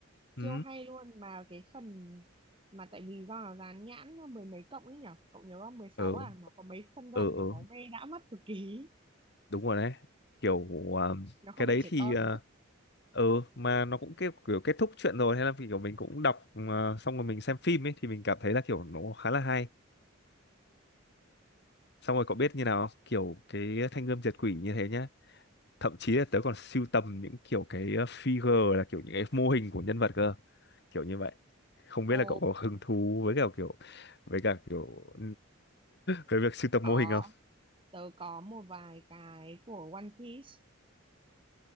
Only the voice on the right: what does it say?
siêu
hay luôn mà cái phần mà tại vì do nó dán nhãn mười mấy cộng ấy nhở cậu nhớ không mười
sáu à nó có mấy phân đoạn
kiểu
máu me đã mắt cực kỳ
nó không
bị
trẻ
con
ồ
có
tớ có một vài cái của One Piece